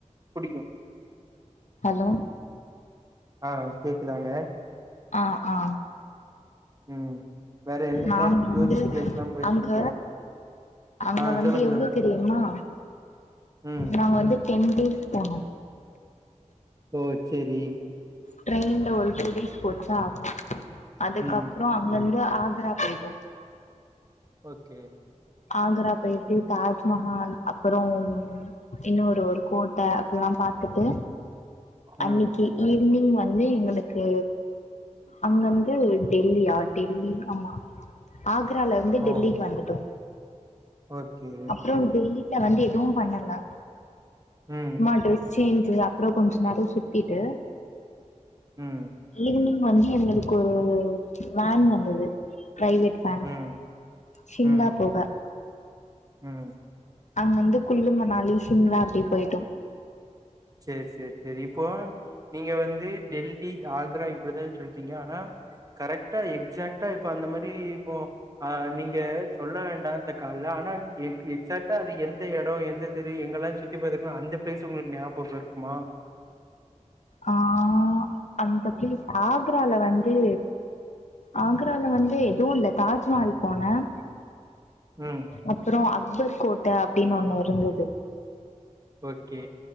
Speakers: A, on the right; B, on the left.
A: புடிக்கு
B: ஹலோ
A: ஆ கேக்குதாங்க
B: ஆ ஆ
A: ம் வேற என்னென்ன
B: நாங் வந்து
A: டூரிஸ்ட் பிளேஸ்லா போயிருக்கீங்க
B: அங்க அங்க
A: ஆ
B: வந்து
A: சொல்லுங்க
B: எவ்ளோ
A: சொல்லுங்க
B: தெரியுமா
A: ம்
B: நாங்க வந்து டென் டேஸ் போனோ
A: ஓ செரி
B: ட்ரெயின்ல ஒரு டூ டேஸ் போச்சா அதுக்கப்புறோ
A: ம்
B: அங்க இருந்து ஆக்ரா போயிட்டோ
A: ஓகே
B: ஆக்ரா போயிட்டு தாஜ்மஹால் அப்பறோ இன்னொரு ஒரு கோட்ட அதெல்லா பாத்துட்டு அன்னைக்கி
A: ம்
B: ஈவ்னிங் வந்து எங்களுக்கு அங்கருந்து டெல்லியா டெல்லி ஆமா ஆக்ரால இருந்து
A: ஓ
B: டெல்லிக்கு வந்துட்டோ
A: ஓகே
B: அப்றோ டெல்லில வந்து எதுவு பண்ணல
A: ம்
B: சும்மா டிரெஸ் சேஞ்சு அப்புறோ கொஞ்ச நேரோ சுத்திட்டு
A: ம்
B: ஈவ்னிங் வந்து எங்களுக்கு ஒரு வேன் வந்துது பிரைவேட் வேன்
A: ம்
B: ஷிம்லா
A: ம்
B: போக
A: ம்
B: அங்க இருந்து குல்லு மணாலி சிம்லா அப்டே போயிட்டோ
A: சேர் சேர் சேரி இப்போ நீங்க வந்து டெல்லி ஆக்ரா இப்டிதா சொல்றீங்க ஆனா கரெக்டா எக்சாக்டா இப்ப அந்த மாரி இப்போ ஆ நீங்க சொல்ல வேண்டா இந்த கால்ல ஆனா எக்சாக்டா அது எந்த எடோ எந்த தெரு எங்கெல்லா சுத் தி பாத்துருக்குல்ல அந்த பிளேஸ் உங்களுக்கு ஞாபகோ இருக்குமா
B: ஆ அந்த பிளேஸ் ஆக்ரால வந்து ஆக்ரால வந்து எதுவு இல்ல தாஜ்மஹால் போன
A: ம்
B: அப்றோ அக்பர் கோட்ட அப்டின்னு ஒன்னு இருந்தது
A: ஓகே